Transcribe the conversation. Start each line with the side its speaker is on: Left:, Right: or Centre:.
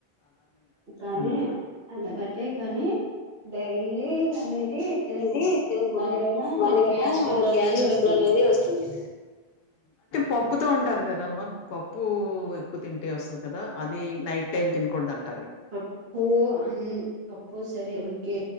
Right: కానీ
Left: ఆ
Right: అలావటే కానీ డైలీ అనేది తినకూడదు
Left: రసం అనేది తినకూడదు
Right: దాని వల్ల
Left: దాని వల్ల
Right: గ్యాస్ ట్రబుల్ అనేది
Left: గ్యాస్ ట్రాబుల్
Right: వస్తుంది
Left: అనేది వస్తుంది పప్పుతో అంటారు కదమ్మ పప్పు ఎక్కువ తింటే వస్తుంది కదా అది నైట్ టైమ్ తినకూడదు అంట
Right: పప్పు అన్ పప్పు సరే ఓకే